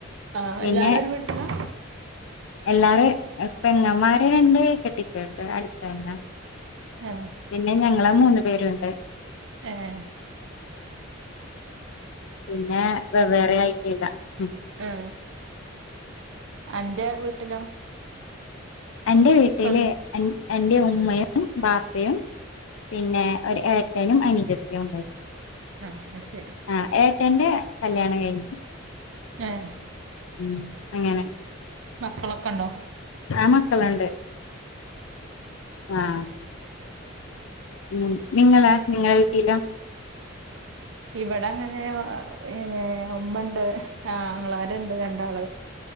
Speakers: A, on the right; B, on the left.
A: ആഹ്
B: പിന്നെ
A: എല്ലാരും ഒരു വീട്ടിലാ
B: എല്ലാരും പെങ്ങന്മാര് രണ്ട് കെട്ടിച്ചേട്ട് അടുത്തന്നെ
A: ഏഹ്
B: പിന്നെ ഞങ്ങളെ മൂന്നു പേരുണ്ട്
A: ഏഹ്
B: പിന്നെ വെ വേറെ ആയിട്ടില്ല ഉം
A: എ അന്റെ വീട്ടിലോ
B: അന്റെ വീട്ടില്
A: സ്വ
B: അന്റെ ഉമ്മയും ബാപ്പയും പിന്നെ ഒരു ഏട്ടനും അനിയത്യം ഉണ്ട
A: ആഹ് ശരി
B: ആ ഏട്ടന്റെ കല്യാണം കഴിഞ്ഞു
A: ഏഹ്
B: ഉം അങ്ങനെ
A: മക്കളൊക്കെണ്ടോ
B: അ മക്കളുണ്ട് ആഹ് ഉം നിങ്ങള നിങ്ങള വീട്ടില
A: ഇവിടെ അങ്ങനെ ഏ ഉമ്മുണ്ട് ആങ്ങളാര് ണ്ട് രണ്ടാള്